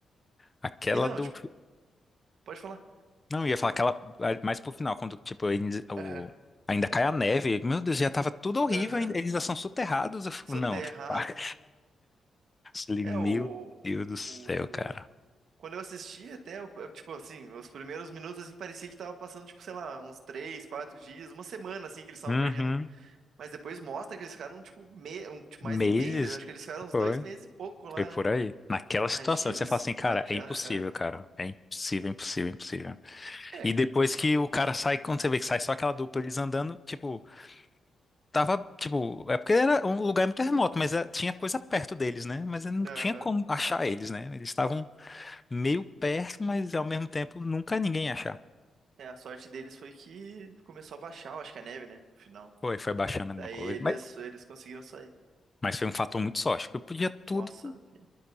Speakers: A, on the left; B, on the right.
A: Aquela
B: E não,
A: do.
B: tipo, pode falar.
A: Não, eu ia falar aquela mais pro final, quando, tipo, eles- o,
B: Aham,
A: ainda cai a neve. Meu Deus, já tava tudo horrível,
B: aham.
A: ainda- eles já são soterrados. Eu fico,
B: Sou
A: não,
B: terra
A: <laughs>
B: rasa.
A: eu falei,
B: É
A: meu
B: o,
A: Deus do céu,
B: o.
A: cara.
B: Quando eu assisti até, eu- eu, tipo assim, os primeiros minutos assim parecia que tava passando, tipo, sei lá, uns três, quatro dias, uma semana assim que eles estavam
A: Uhum.
B: perdidos, né? Mas depois mostra que eles ficaram, tipo, me... um, tipo,
A: Meses?
B: mais de meses. Acho que eles ficaram uns
A: Foi.
B: dois meses e pouco lá,
A: Foi por
B: né?
A: aí. Naquela situação,
B: Imagina
A: que você fala
B: só-
A: assim, cara,
B: naquela.
A: é impossível,
B: aham.
A: cara. É impossível, impossível, impossível.
B: É,
A: E depois que o cara sai, quando você vê que sai só aquela dupla, eles andando, tipo, tava, tipo, é porque era um lugar muito remoto, mas é, tinha coisa perto deles, né? Mas não
B: aham.
A: tinha como achar eles, né? Eles estavam meio perto, mas ao mesmo tempo nunca ninguém ia achar.
B: É, a sorte deles foi que começou a baixar, eu acho que a neve, né? No final.
A: Foi, foi baixando alguma
B: Daí
A: coisa.
B: eles,
A: Mas,
B: eles conseguiram sair.
A: mas foi um fator muito sorte, porque eu podia tudo.
B: Nossa, vida.